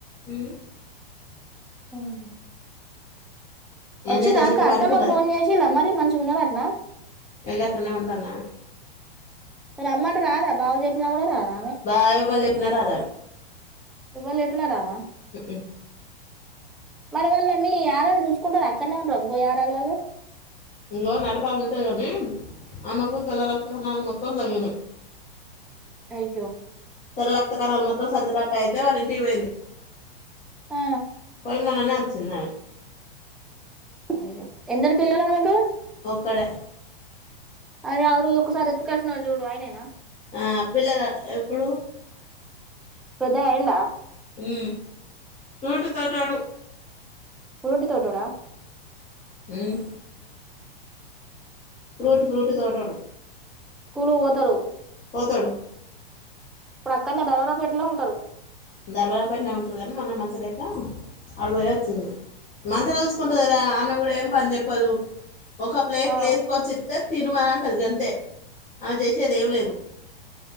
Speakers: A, on the left; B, in the centre.
A: అ
B: అవును వచ్చిర్రా
A: ఏం చేద్దాం
B: అక్క
A: చిట్టి
B: అత్తమ్మకు
A: పండుకున్నదా
B: ఫోన్ చేసిల్ల మరి మంచిగ ఉన్నదాట్నా
A: ఇగ గట్లనే ఉంటందామె
B: రమ్మంటే రాదా బావ చెప్ప ప్పిన కూడా రాదా
A: బావ ఎవ <unintelligible>
B: ఎవ్వలు చెప్పినా రాదా
A: ఉమ్
B: మరి వాళ్ళ మీ యారాలు చూసుకుంటదా అక్కడనే ఉంటరా ఇంకో యారాలు వాళ్ళ
A: ఇంకో నడిపామే ఉంటది కాని ఆమెకు తెల్ల రక్త కణాలు మొత్తం తగ్గినయి
B: అయ్యో
A: తెల్ల రక్త కణాలు మొత్తం సజరాట అయితే వాళ్ళ ఇంటికి పోయింది
B: ఆ
A: మననే వచ్చింది అమె
B: అయ్య ఎందరు పల్లలు మానాకు
A: ఒకాడే
B: అదే ఆ రోజు ఒకసారి ఎత్తుకల్సినవ్ చూడు ఆయననా
A: ఆ పిల్లగా ఎప్పుడు
B: పెధాగా అయిండా
A: ఉమ్ చూటు తోటూడా
B: ఫ్రూటు తోటూడా
A: ఉమ్ ఫ్రూట్ ఫ్రూట్ తోటోడు
B: స్కూల్‌కు పోతారు
A: పోతాడు
B: ఇప్పుడు అక్కడనే ధర్వరాపేటలో ఉంటారు
A: దర్బారా పట్నం ఉంటారు కనీ మొన్న మంచి ట్లా ఆడబయే వచ్చింది మంచిగార కలుసుకుంటురు కదా ఆమె కూడా ఏం పని చెప్పదు ఒక ప్లేట్
B: ఆ
A: వసుకొచ్చిస్తతే తిను మన అంటది గంతే ఆ చేసేది ఎమ్ లేదు